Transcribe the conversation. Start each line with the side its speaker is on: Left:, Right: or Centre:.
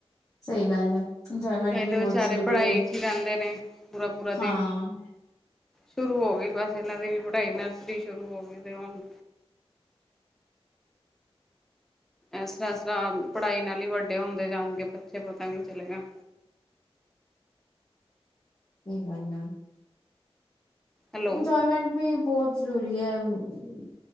Left: ਸਹੀ ਗੱਲ ਹੈ ਇੰਜੋਏਮੈਂਟ
Centre: ਨਹੀਂ
Left: ਵੀ
Centre: ਤੇ ਵਿਚਾਰੇ
Left: ਬਹੁਤ ਜ਼ਰੂਰੀ
Centre: ਪੜ੍ਹਾਈ
Left: ਹੈ।
Centre: ਚ ਹੀ ਰਹਿੰਦੇ ਨੇ ਪੂਰਾ-ਪੂਰਾ
Left: ਹਾਂ,
Centre: ਦਿਨ। ਸ਼ੁਰੂ ਹੋ ਗਈ ਬਸ ਇਹਨਾਂ ਦੀ ਵੀ ਪੜ੍ਹਾਈ ਨਰਸਰੀ ਸ਼ੁਰੂ ਹੋ ਗਈ ਤੇ ਹੁਣ ਇਸ ਤਰ੍ਹਾਂ ਇਸ ਤਰ੍ਹਾਂ ਪੜ੍ਹਾਈ ਨਾਲ ਈ ਵੱਡੇ ਹੁੰਦੇ ਜਾਣ ਗੇ ਬੱਚੇ ਪਤਾ ਵੀ ਨੀ ਚਲੇਗਾ।
Left: ਸਹੀ ਗੱਲ ਆ।
Centre: ਹੈਲੋ
Left: ਇੰਜੋਏਮੈਂਟ ਵੀ ਬਹੁਤ ਜ਼ਰੂਰੀ ਐ। ਹੂੰ